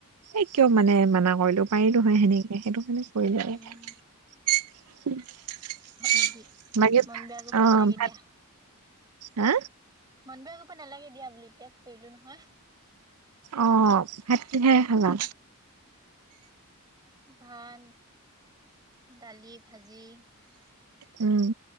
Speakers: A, on the right; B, on the right.
A: এই কিয় মানে মানা কৰিলো পাৰিলোহয় সেনেকে সেইটো কাৰণে
B: উম
A: কৰিলে <inaudible>
B: হয় নেকি
A: বাকি
B: মন
A: অহ
B: বেয়া কৰিব নালাগে
A: ভাত,
B: দিয়া
A: হা
B: মন বেয়াগ কৰিব নালাগে দিয়া বোলি এতিয়া কৰিলো নহয়।
A: অ, ভাত কিহে খালা?
B: ভাত দালি ভাজি।
A: উম।